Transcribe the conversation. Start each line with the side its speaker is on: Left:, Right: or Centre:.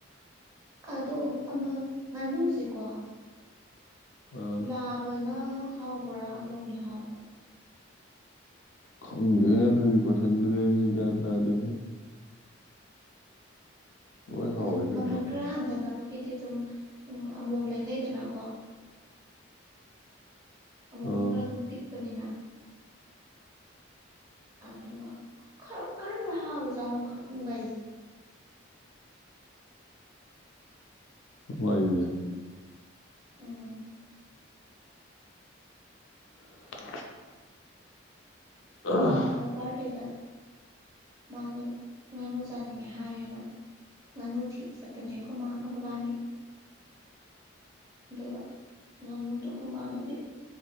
Right: ꯑꯗꯣ ꯑꯃ ꯉꯥꯅꯨꯁꯦꯀꯣ
Left: ꯑꯥ
Right: ꯂꯥꯕꯅ ꯑ ꯍꯥꯎ ꯄꯨ꯭ꯔ ꯃꯑꯣꯝꯅ ꯍꯥꯎꯕ꯭ꯔ
Left: ꯈꯪ ꯑꯗꯨ ꯀꯁꯟꯁꯨ ꯀꯗꯗ ꯂꯣꯏ ꯍꯥꯎꯋꯤ
Right: ꯑꯗꯨꯝ
Left: ꯀꯩꯅꯣ
Right: ꯃꯃꯜ
Left: ꯑꯗꯨꯕꯨ
Right: ꯈꯔ ꯍꯟꯊꯅꯕꯒꯤꯗꯤ ꯑꯗꯨꯝ ꯑꯃꯣꯝ ꯂꯩꯅꯩꯗꯅꯀꯣ ꯑꯃꯧꯅ
Left: ꯑꯥ
Right: ꯈꯔ ꯑꯗꯨꯝ ꯄꯤꯛꯄꯅꯤꯅ ꯑꯗ ꯀꯔꯝ ꯀꯔꯝ ꯔꯍꯥꯎ ꯑꯣꯏꯖꯥꯅꯣ ꯈꯪꯪꯕꯁꯦ
Left: ꯍ ꯋꯥꯏꯗ
Right: ꯎꯝ
Left: <inaudible> ꯑꯥ
Right: ꯅꯃ ꯄꯒꯤꯄꯥꯥꯔꯇꯦꯗ ꯃꯥꯗꯣ ꯉꯥꯅꯨ ꯆꯥꯅꯤꯡꯉꯦ ꯍꯥꯏꯌꯦꯅ ꯉꯥꯅꯨ ꯊꯤꯕ ꯆꯠꯄꯅꯦ ꯑꯩꯈꯣꯏ ꯃꯥꯒ ꯃꯕꯥꯅꯤ ꯑꯗꯨꯒ ꯉꯥꯅꯨꯗꯣ ꯑꯩꯈꯣꯏ ꯃꯥꯟꯅꯗꯦ